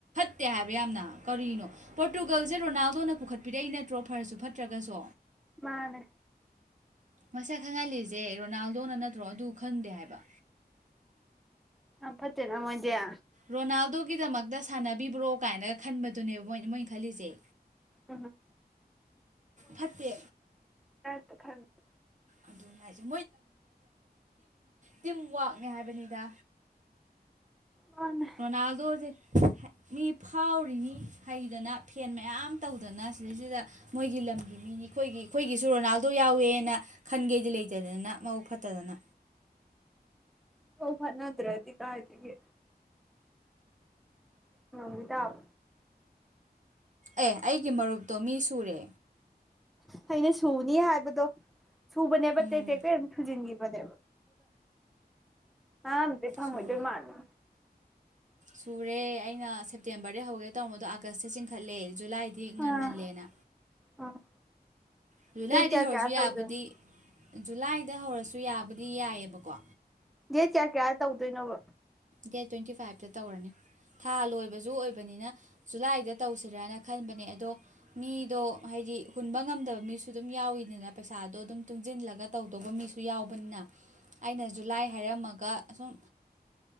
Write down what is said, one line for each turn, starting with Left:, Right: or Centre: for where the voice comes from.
Right: ꯐꯠꯇꯦ ꯍꯥꯏꯕ ꯌꯥꯝꯅ ꯀꯔꯤꯅꯣ ꯄꯣꯔꯇꯨꯒꯜꯁꯦ ꯔꯣꯅꯥꯜꯗꯣꯅ ꯄꯨꯈꯠꯄꯤꯔꯛꯏ ꯅꯠꯇ꯭ꯔꯣ ꯐꯔꯁꯨ ꯐꯠꯇ꯭ꯔꯒꯁꯨ
Centre: ꯃꯥꯅꯦ
Right: ꯃꯁꯛ ꯈꯪꯍꯜꯂꯤꯁꯦ ꯔꯣꯅꯥꯜꯗꯣꯅ ꯅꯠꯇ꯭ꯔꯣ ꯑꯗꯨ ꯈꯪꯗꯦ ꯍꯥꯏꯕ
Centre: ꯑ ꯐꯠꯇꯦꯅꯥ ꯃꯖ
Right: ꯔꯣꯅꯥꯜꯗꯣꯒꯤꯗꯃꯛꯇ ꯁꯥꯟꯅꯕꯤꯕ꯭ꯔꯣ ꯀꯥꯏꯅꯒ ꯈꯟꯕꯗꯨꯅꯦꯕ ꯃꯣꯏ ꯃꯣꯏꯅ ꯈꯜꯂꯤꯁꯦ
Centre: ꯎꯝ
Right: ꯐꯠꯇꯦ
Centre: ꯑ ꯈꯔ
Right: ꯑꯗꯨꯅꯦ ꯍꯥꯏꯁꯦ ꯇꯤꯝꯋꯥꯛꯅꯦ ꯍꯥꯏꯕꯅꯤꯗ
Centre: ꯃꯥꯅꯦ
Right: ꯔꯣꯅꯥꯜꯗꯣꯁꯦ ꯃꯤ ꯐꯥꯎꯔꯤꯅꯤ ꯍꯩꯗꯅ ꯐꯦꯟ ꯃꯌꯥꯝ ꯇꯧꯗꯅ ꯁꯤꯗꯩꯁꯤꯗ ꯃꯣꯏꯒꯤ ꯂꯝꯒꯤ ꯃꯤꯅꯤ ꯑꯩꯈꯣꯏꯒꯤ ꯑꯩꯈꯣꯏꯒꯤꯁꯨ ꯔꯣꯅꯥꯜꯗꯣ ꯌꯥꯎꯋꯦꯅ ꯈꯟꯒꯦꯗꯤ ꯂꯩꯇꯗꯅ ꯃꯕꯨꯛ ꯐꯠꯇꯗꯅ
Centre: ꯍꯣ ꯐ ꯅ ꯑꯗꯨ꯭ꯔꯗꯤ ꯀꯥꯏꯇꯒꯤ ꯏ ꯇꯞ
Right: ꯑꯦ ꯑꯩꯒꯤ ꯃꯔꯨꯞꯇꯣ ꯃꯤ ꯁꯨꯔꯦ
Centre: ꯑꯩꯅ ꯁꯨꯅꯤ ꯍꯥꯏꯕꯗꯣ ꯁꯨꯕꯅꯦꯕꯦꯇꯦꯁꯨꯖꯤ
Right: ꯎꯝ
Centre: ꯅꯦꯕꯗ ꯍꯥꯐ
Right: ꯁꯨꯔꯦ
Centre: ꯃꯖ ꯃꯥꯅꯤ
Right: ꯁꯨꯔꯦ ꯑꯩꯅ ꯁꯦꯞꯇꯦꯝꯕꯔꯗꯩ ꯍꯧꯒꯦ ꯇꯧꯔꯝꯕꯗꯣ ꯑꯥꯒꯁꯇ ꯆꯤꯡꯈꯠꯂꯦ ꯖꯨꯂꯥꯏꯗꯤ ꯉꯟꯃꯜꯂꯦꯅ
Centre: ꯑꯥ ꯑꯥ
Right: ꯑꯗꯨꯣꯏ
Centre: ꯗꯦꯠ
Right: ꯂꯥꯏꯗꯤ
Centre: ꯀꯌꯥ
Right: ꯍꯧꯔꯁꯨ
Centre: ꯀꯌꯥ ꯇꯧꯗꯣꯏꯅꯣ
Right: ꯌꯥꯕꯨꯗꯤ ꯖꯨꯂꯥꯏꯗ ꯍꯧꯔꯁꯨ ꯌꯥꯕꯨꯗꯤ ꯌꯥꯏꯌꯦꯕꯀꯣ
Centre: ꯗꯦꯠ ꯀꯌꯥ ꯀꯌꯥ ꯇꯧꯗꯣꯏꯅꯣꯕ
Right: ꯗꯦꯠ ꯇ꯭ꯋꯦꯟꯇꯤ ꯐꯥꯏꯚꯇ ꯇꯧꯔꯅꯤ ꯊꯥ ꯂꯣꯏ ꯕꯖꯨ ꯑꯣꯏꯕꯅꯤꯅ ꯖꯨꯂꯥꯏꯗ ꯇꯧꯁꯤꯔꯅ ꯈꯟꯕꯅꯦ ꯑꯗꯣ ꯃꯤꯗꯣ ꯍꯥꯏꯗꯤ ꯍꯨꯟꯕ ꯉꯝꯗꯕ ꯃꯤꯁꯨ ꯑꯗꯨꯝ ꯌꯥꯎꯋꯤꯅꯤꯅ ꯄꯩꯁꯥꯗꯣ ꯑꯗꯨꯝ ꯇꯨꯡꯁꯤꯜꯂꯒ ꯇꯧꯗꯧꯕ ꯃꯤꯁꯨ ꯌꯥꯎꯕꯅꯤꯅ ꯑꯩꯅꯁꯨ ꯖꯨꯂꯥꯏ ꯍꯥꯏꯔꯝꯃꯒ ꯁꯨꯝ